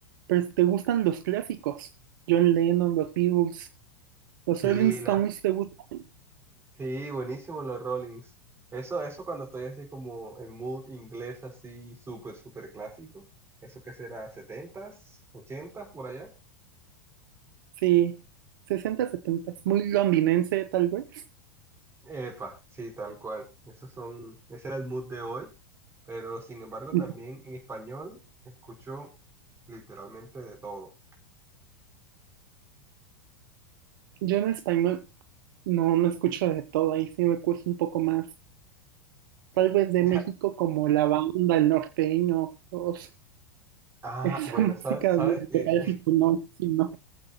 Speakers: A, on the right; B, on the right.
A: Pero si ¿te gustan los clásicos? John Lennon, los Beatles, los
B: Sí,
A: Rolling Stones,
B: la,
A: ¿te gustan?
B: Sí, buenísimo los Rollings. Eso, eso cuando estoy así como en mood inglés, así súper, súper clásico. ¿Eso qué será? setentas, ochentas Por allá.
A: Sí, 60, 70, muy londinense tal vez.
B: Epa, sí, tal cual. Esos son, ese era el mood de hoy. Pero sin embargo,
A: <laughs>
B: también en español escucho literalmente de todo.
A: Yo en español no, no escucho de todo, ahí sí me cuesta un poco más. Tal vez de
B: <laughs>
A: México como la banda, el norteño, todos.
B: Ah,
A: Esa
B: bueno,
A: <laughs> música
B: sabes, sabes
A: de
B: que,
A: de Callejito, no, sí, no.